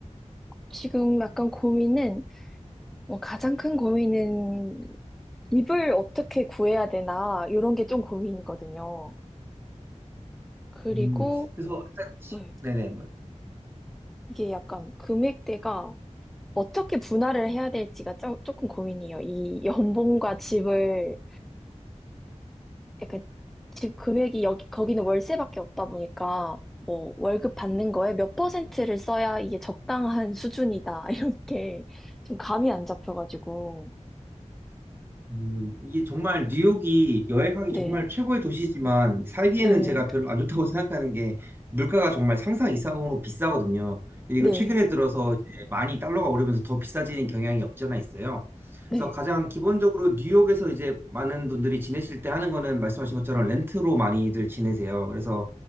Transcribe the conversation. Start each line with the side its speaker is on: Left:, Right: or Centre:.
Centre: 지금 약간 고민은, 어, 가장 큰 고민은 집을 어떻게 구해야 되나, 이런 게 좀 고민이거든요. 그리고,
Right: 음, 그래서 일단 지-
Centre: 네,
Right: 네네
Centre: 이게 약간 금액대가 어떻게 분할을 해야 될지가 쪼, 조금 고민이에요. 이 연봉과 집을 약간 집 금액이 여기 거기는 월세밖에 없다 보니까 뭐 월급 받는 거에 몇 퍼센트를 써야 이게 적당한 수준이다 <laughs> 이렇게 좀 감이 안 잡혀가지고
Right: 음, 이게 정말 뉴욕이 여행하기
Centre: 네,
Right: 정말 최고의 도시지만 살기에는
Centre: 네,
Right: 제가 별로 안 좋다고 <laughs> 생각하는 게 물가가 정말 상상 이상으로 비싸거든요. 그리고
Centre: 네,
Right: 최근에 들어서 이제 많이 달러가 오르면서 더 비싸지는 경향이 없지 않아 있어요.
Centre: 네,
Right: 그래서 가장 기본적으로 뉴욕에서 이제 많은 분들이 지내실 때 하는 거는 말씀하신 것처럼 렌트로 많이들 지내세요. 그래서